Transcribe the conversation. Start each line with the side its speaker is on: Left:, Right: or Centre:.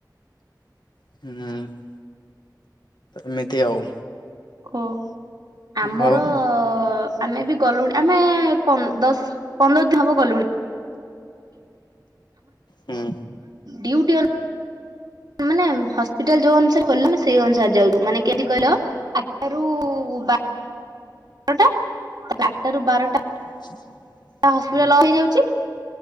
Left: ହୁଁ। ଏମିତି ଆଉ।
Right: କହ ଆମର
Left: ହଉ
Right: ଆମେ ବି ଗଲୁଣି ଆମେ ପନ୍ଦ ଦଶ ପନ୍ଦର ଦିନି ହବ ଗଲୁଣି।
Left: ହୁଁ।
Right: ଡିଉଟି ଅନ ମାନେ ହସ୍ପିଟାଲ ଯୋଉ ଅନୁସାରେ ଖୋଲୁନି ସ ସେଇ ଅନୁସାରେ ଯାଉଥିବୁ ମାନେ କେମତି କହିଲ ଆଠଟା ରୁ ବା ବାରଟା ତାପରେ ଆଠଟା ରୁ ବାରଟା
Left: <inaudible>
Right: ହସ୍ପିଟାଲ ଲକ୍ ହେଇଯାଉଛି